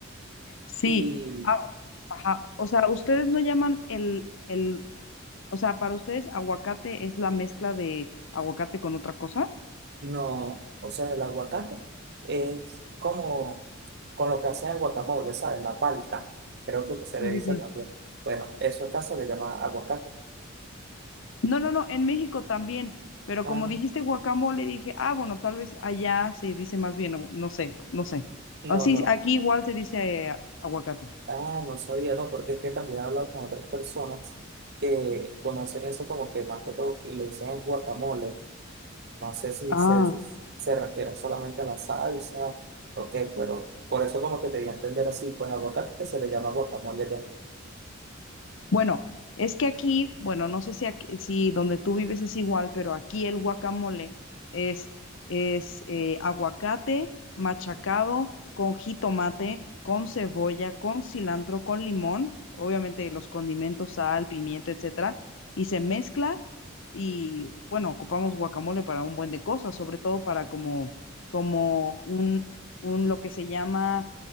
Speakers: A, on the left (about 65°); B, on the right (about 55°).
A: Sí,
B: y
A: ah, ajá. O sea, ustedes no llaman el, el O sea, para ustedes, aguacate es la mezcla de aguacate con otra cosa.
B: no, o sea, el aguacate es como con lo que hacen el guacamole, ¿sabes? La palta, creo que se
A: Sí,
B: le
A: sí,
B: dice
A: sí.
B: también. Bueno, eso acá se le llama aguacate.
A: No, no, no, en México también, pero
B: Ah,
A: como dijiste guacamole, dije, ah, bueno, tal vez allá se dice más bien, o no sé, no sé.
B: no,
A: Así,
B: no,
A: aquí igual se dice eh, aguacate.
B: ah, no sabía, no, porque es que también he hablado con otras personas que conocen eso como que más que todo que le dicen es guacamole. No sé si
A: Ah.
B: se, si se refiere solamente a la salsa, ok, pero por eso como que te di a entender así, pues aguacate que se le llama guacamole
A: Bueno, es que aquí, bueno, no sé si aquí- si donde tú vives es igual, pero aquí el guacamole es, es eh, aguacate machacado con jitomate, con cebolla, con cilantro, con limón, obviamente los condimentos, sal, pimienta, etcétera, y se mezcla y bueno, ocupamos guacamole para un buen de cosas, sobre todo para como, como un, un lo que se llama